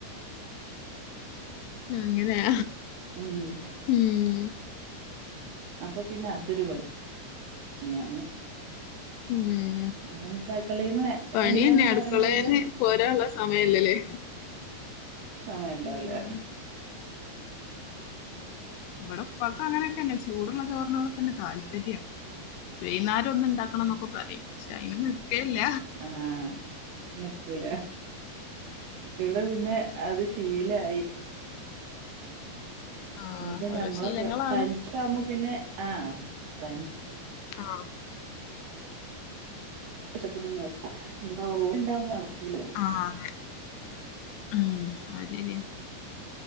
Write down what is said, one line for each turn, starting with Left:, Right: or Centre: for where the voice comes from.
Left: അങ്ങനെയ
Right: ഉം
Left: ഉം
Right: അപ്പൊ പിന്നെ അതൊരു പ പണിയാണ്
Left: ഉം
Right: അപ്പൊ നമുക്ക് അടുക്കളയിൽന്ന്
Left: പണിയന്നെ
Right: എണീക്കാനും നേരം
Left: അട്ക്കളെന്ന്
Right: ഉണ്ടാവില്ല
Left: പോരാള്ള സമയല്ലല്ലേ
Right: സമയണ്ടാവില്ല
Left: ഉം ഇവടെ ഇപ്പാക്ക്‌ അങ്ങനൊക്കെ ന്നെ ചൂടുള്ള ചോറ് നോടൊക്കെ തന്നെ താല്പര്യം വൈന്നാരം ഒന്ന് ഇണ്ടാക്കണം ന്നൊക്കെ പറയും പക്ഷെ അയിനൊന്നും നിൽക്കൽല്ല
Right: ആഹ് നിക്കൂല ഇവിടെ പിന്നെ അത് ശീലായി
Left: ആഹ്
Right: ഇനിപ്പോ
Left: ഓരോ
Right: ഞമ്മളെ
Left: ശീലങ്ങളാണ്
Right: ഫ് തരിച്ച് ക്ക്‌ ആവുമ്പോ പിന്നെ ആഹ് തനി
Left: ആഹ്
Right: വിഷത്തിന് നേർത്ത ഇണ്ടാവ നട്ക്കൂല്ല
Left: ആഹ് അതെ ഉം അത് ശരിയാ ആഹ്